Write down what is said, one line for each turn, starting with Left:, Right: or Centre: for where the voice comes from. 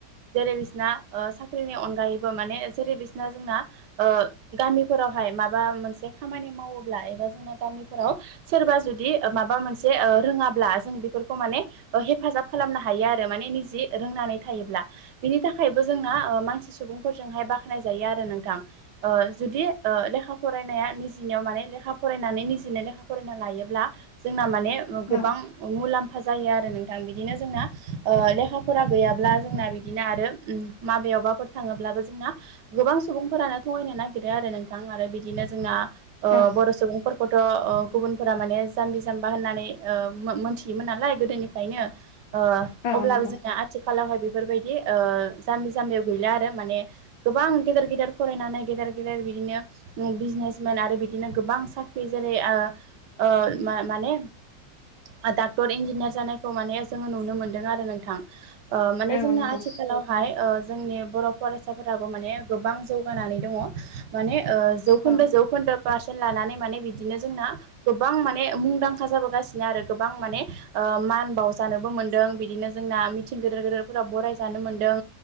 Right: जेरै बिसना साख्रिनि अनगायैबो माने जेरै बिसना जोंना ओ गामिफोरावहाय माबा मोनसे खामानि मावोब्ला एबा जोंना गामिफोराव सोरबा जुदि माबा मोनसे ओ रोङाब्ला जों बेफोरखौ माने ओ हेफाजाब खालामनो हायो आरो माने निजि रोंनानै थायोब्ला बिनि थाखायबो जोंना मानसि सुबुंफोरजोंहाय बाख्नाय जायो आरो नोंथां। ओ जुदि ओ लेखा फरायनाया निजिनियाव माने लेखा फरायनानै निजिनेनो लेखा फरायना लायोब्ला जोंना माने गोबां
Left: औ
Right: मुलाम्फा जायो आरो नोंथां बिदिनो जोंना ओ लेखा फरा गैयाब्ला जोंना बिदिनो आरो उम माबेवबाफोर थाङोब्लाबो जोंना गोबां सुबुंफोरानो थगायनो नागिरो आरो नोंथां आरो बिदिनो जोंना ओ
Left: औ
Right: बर' सुबुं फोरखोथ' ओ गुबुनफोरा माने जाम्बि जाम्बा होननानै ओ मो मोनथियोमोन नालाय गोदोनिफ्रायनो ओ
Left: औ
Right: अब्लाबो
Left: नंगौ
Right: जोंनिया आथिखालावहाय बेफोरबायदि ओ जाम्बि जाम्बियाव गैला आरो माने गोबां गेदेर गेदेर फरायनानै गेदेर गेदेर बिदिनो उम बिजनेसमेन आरो बिदिनो गोबां साख्रि जेरै ओ ओ मा-माने आ डाक्टर इन्जिनियार जानायखौ माने जोङो नुनो मोनदों आरो नोंथां। माने
Left: औ
Right: जोंना
Left: नंगौ
Right: आथिखालाव हाय जोंनि बर' फरायसाफोराबो माने गोबां जौगानानै दङ माने ओ जौखोन्दो
Left: औ
Right: जौखोन्दो पारसेन्ट लानानै माने बिदिनो जोंना गोबां माने मुंदांखा जाबोगासिनो आरो गोबां माने ओ मान बावजानोबो मोन्दों बिदिनो दा मिथिं गिदिर गिदिरफोराव बरायजानो मोनदों